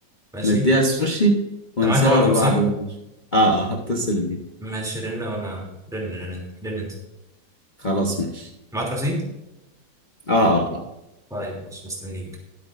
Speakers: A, in the centre; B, on the left (about 30°).
A: ماشي
B: نديها
A: انت
B: السوشي ونصور
A: معاك الرقم
B: بعض
A: صح
B: بقى ماشي. اه اه هتصل بيه
A: ماشي رن وانا رن رن رن انت
B: خلاص ماشي
A: معاك رصيد
B: اه اه آه.
A: طيب ماشي مستنيك